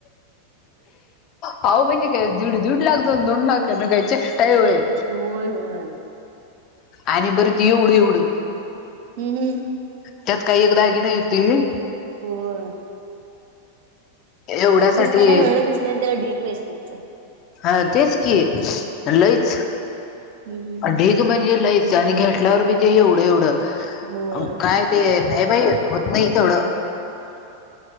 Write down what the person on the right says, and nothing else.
होय होय.
हम्म हम्म.
होय.
दिसतान एवढ-एवढ दिसतंय आणि त्याला ढीग पैस द्यायचं.
हम्म हम्म
हम्म होय.